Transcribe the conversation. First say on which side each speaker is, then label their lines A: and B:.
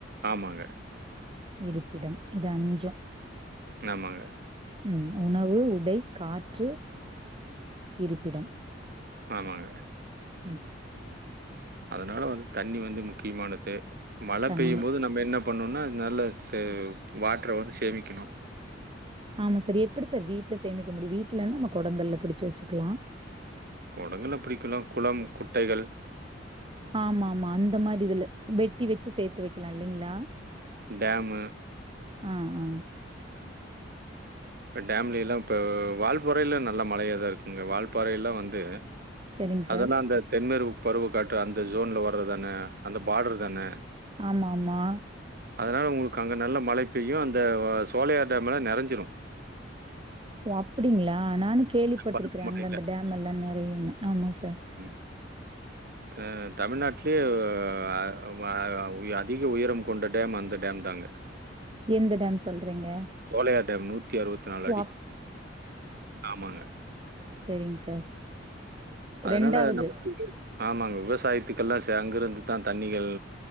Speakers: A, on the right; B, on the right.
A: ஆமாங்க
B: இருப்பிடம் இது அஞ்சு
A: ஆமாங்க,
B: ம் உணவு உடை காற்று இருப்பிடம்
A: ஆமாங்க
B: ம்.
A: அதனால வந்து தண்ணி வந்து முக்கியமானது மழ
B: தண்ணி.
A: பெய்யும்
B: மழை.
A: போது நம்ம என்ன பண்ணும்னா நல்ல சே வாட்டரை வந்து சேமிக்கணு
B: ஆமா சார் எப்படி சார் வீட்ல சேமிக்க முடியு வீட்லனா நம்ம குடங்கல பிடிச்ச வச்சுக்கலா
A: கொடங்கள பிடிக்கலா குளம் குட்டைகள்
B: ஆமா ஆமா அந்த மாரி இதுல வெட்டி வச்சு சேர்த்து வைக்கலா இல்லைங்களா
A: டேமு
B: ஆ ஆ
A: இப்போ டேம்ல எல்லா இப்போ வால்பறையில நல்ல மழையதா இருக்குங்க வால்பறையெல்லா வந்து
B: சரிங்க சார்.
A: அதெல்லா அந்த தென்மேற்க்கு பருவ காற்று அந்த ஜோன்ல வர்றதானே அந்த பார்டர் தானே
B: ஆமா ஆமா
A: அதனா உங்களுக்கு அங்கே நல்ல மழை பெய்யு அந்த அ சோலையார் டேம்லெல்லா நிறஞ்சிடு
B: ஓ அப்படிங்களா நானு கேள்விப்பட்டுருக்கறே
A: பருவ மழையில.
B: அங்க அந்த டேம் எல்லா நிறையன்னு ஆமா சார்
A: ம் த தமிழ்நாட்லயே அ அ அதிக உயரம் கொண்ட டேம் அந்த டேம் தாங்க
B: எந்த டேம் சொல்றீங்க
A: சோலையார் டேம் நூத்தி அறுபத்தி நாலு
B: ஓ
A: அடி ஆமாங்க
B: சேரிங்க சார்
A: அதனால
B: ரெண்டாவது
A: நமக்கு ஆமாங்க விவசாயத்துக்கெல்லா ச அங்கிருந்துதா தண்ணிகள்